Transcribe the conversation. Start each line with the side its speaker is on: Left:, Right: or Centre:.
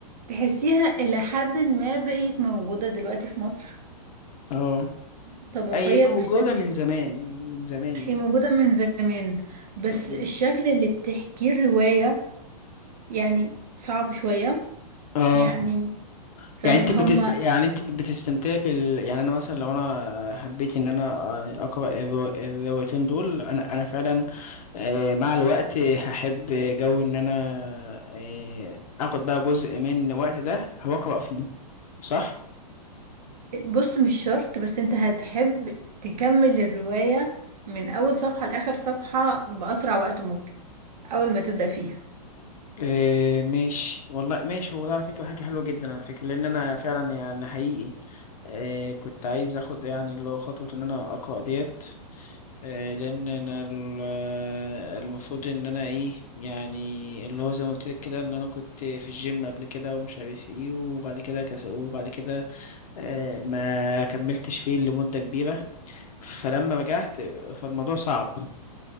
Right: تحسيها إلى حد ما بقيت موجودة دلوقتي في مصر
Left: <laughs> اه
Right: الطبقية
Left: أي موجودة
Right: بشكل
Left: من زمان من زمان يعني
Right: هي موجودة من زمان بس
Left: طب-
Right: الشكل اللي بتحكيه الرواية يعني صعب شوية
Left: اه
Right: يعني فاهم
Left: يعني انت
Right: هما
Left: بتست يعني انت بتستمتع بال يعني انا مثلا لو انا حبيت ان انا اقرا الرو- الروايتين دول انا انا فعلا آه، مع الوقت هحب جو ان انا آه، اخد بقى جزء من الوقت ده هقرا فيه صح
Right: بص مش شرط بس انت هتحب تكمل الرواية من أول صفحة لآخر صفحة بأسرع وقت ممكن أول ما تبدأ فيها
Left: إيه ماشي والله ماشي هو ده على فكرة حاجة حلوة جدا على فكرة لأن أنا فعلا يعني حقيقي إيه كنت عايز أخد يعني اللي هو خطوة إن أنا أقرأ ديت إيه لأن أنا ال- آه، المفروض إن أنا إيه يعني اللي هو زي ما قلت لك كده إن أنا كنت في الجيم قبل كده ومش عارف إيه وبعد كده كس وبعد كده إيه ما كملتش فيه لمدة كبيرة فلما رجعت فالموضوع صعب